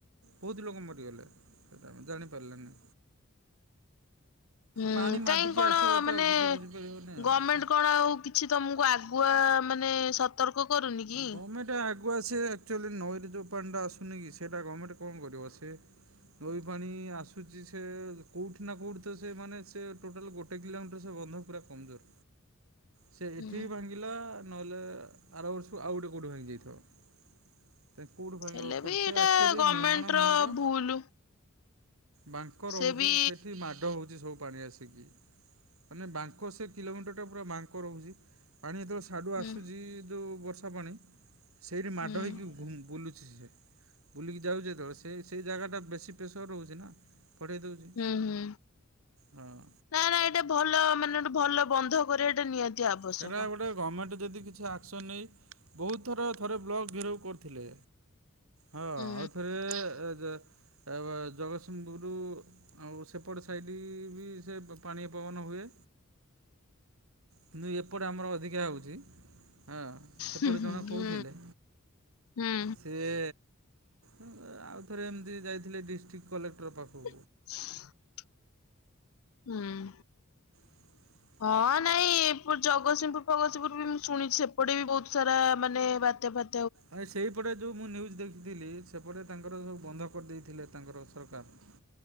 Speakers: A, on the right; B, on the left.
A: ବହୁତ ଲୋକ ମରିଗଲେ ସେଇଟା ଆମେ ଜାଣିପାରିଲେନି।
B: ହୁଁ
A: ପାଣି ମାଡ଼ିକି
B: କାହିଁ କଣ
A: ଆସିବ ତ
B: ମାନେ
A: କିଛି ବୁଝିପାରିବନି ଆଉ
B: ଗମେଣ୍ଟ କଣ ଆଉ କିଛି ତମକୁ ଆଗୁଆ ମାନେ ସତର୍କ କରୁନି କି?
A: ଗମେଟ ଆଗୁଆ ସିଏ ଅକ୍ଚୁଆଲି ନଈରେ ଯଉ ପାଣିଟା ଆସୁ ସୁନି କି ସେଟା ଗମେଣ୍ଟ କଣ କରିବ ସେ ନଇ ପାଣି ଆସୁଛି। ସେ କୋଉଠି ନା କୋଉଠି ତ ସେ ମାନେ ସେ ଟୋଟାଲ ଗୋଟେ କିଲୋମିଟର ସେ ବନ୍ଧ ପୁରା କମଜୋର। ସେ ଏଠି
B: ହୁଁ
A: ଭାଙ୍ଗିଲା ନହେଲେ ଆର ବର୍ଷକୁ ଆଉ ଗୋଟେ କୋଉଠି ଭାଙ୍ଗି ଯାଇଥାଉ। କୋଉଠୁ ଭାଙ୍ଗିବ
B: ହେଲେ
A: କୋଉଠି
B: ବି
A: ସେ
B: ଏଇଟା
A: ଅକ୍ଚୂଆଲି
B: ଗଭର୍ଣମେଣ୍ଟ
A: ମୁହାଣ
B: ର
A: ମୁହଁ ଟା।
B: ଭୁଲ।
A: ବାଙ୍କ ରହୁଛି
B: ସେ ବି
A: ସେଠି ମାଡ଼ ହଉଛି ସବୁ। ପାଣି ଆସିକି ମାନେ ବାଙ୍କ ସେ କିଲୋମିଟରଟା ପୁରା ବାଙ୍କ ରହୁଚି। ପାଣି ଯେତେବେଳେ ସ୍ ସାଡୁ
B: ହୁଁ
A: ଆସୁଛି ଯୋଉ ବର୍ଷା ପାଣି। ସେଇଠି ମାଡ
B: ହୁଁ।
A: ହେଇକି ଘୁଂ ବୁଲୁଛି ସେ। ବୁଲିକି ଯାଉଛି ଯେତବେଳେ ସେ ସେଇ ଜାଗା ଟା ବେଶୀ ପ୍ରେସର ରହୁଛି ନା। ଫଟେଇ ଦେଉଛି।
B: ହୁଁ ହୁଁ
A: ହଁ
B: ନାଇଁ ନାଇଁ ଏଇଟା ଭଲ ମାନେ ଗଟେ ଭଲ ବନ୍ଧ କରବାଟା ନିହାତି ଆବଶ୍ୟକ।
A: ସେରା ଗୋଟେ ଗମେଣ୍ଟ ଯଦି କିଛି ଆକ୍ସନ୍ ନେଇ ବହୁତ ଥର ଥରେ ବ୍ଲକ୍ ଘେରଉ କରିଥିଲେ। ହଁ ଆଉଥରେ
B: ହୁଁ
A: ଯ ଅ ବ ଜଗତସିଂହପୁର ଆଉ ସେପଟ ସାଇଟ ବି ସେ ପାଣିଆ ପବନ ହୁଏ କିନ୍ତୁ ଏପଟେ ଆମର ଅଧିକା ହଉଛି। ହଁ ସେପଟେ
B: ହୁଁ
A: ଜଣେ କହୁଥିଲେ
B: ହୁଁ ହୁଁ।
A: ସିଏ ଉ ଆଉଥରେ ଏମିତି ଯାଇଥିଲେ ଡିଷ୍ଟ୍ରିକ୍ଟ କଲେକ୍ଟର ପାଖକୁ।
B: <inaudible> ହୁଁ ଉଁ।
A: ହ
B: ହଁ ନାଇଁ ଏ ଜଗତସିଂହପୁର ଫଗତସିଂହପୁର ବି ମୁଁ ଶୁଣିଛି। ଏପଟେ ବି ବହୁତ ସାରା ମାନେ ବାତ୍ୟା ଫା
A: ଆ ସେଇପଟେ। ଯେଉଁ ମୁଁ ନ୍ୟୁଜ୍ ଦେଖିଥିଲି! ସେପଟ ତାଙ୍କର ସବୁ ବନ୍ଧ କରିଦେଇଥିଲେ ତାଙ୍କର ସରକାର।